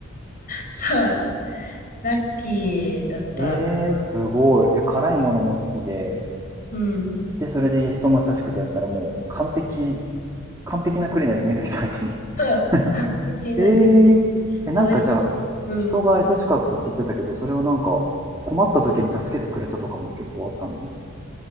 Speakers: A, on the left; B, on the right.
A: そう。ラッキーだったかな。
B: えーすごい。いや、辛いものも好きで、
A: うん。
B: で、それで人も優しくてやったらもう完璧、完璧なクリになるじゃん、水木さんに。
A: そう。
B: <laughs>
A: 完璧な国。
B: ええ、え、なんかじゃあ、
A: 美味しい。うん。
B: 人が優しかったって言ってたけど、それはなんか、困った時に助けてくれたとかも結構あったの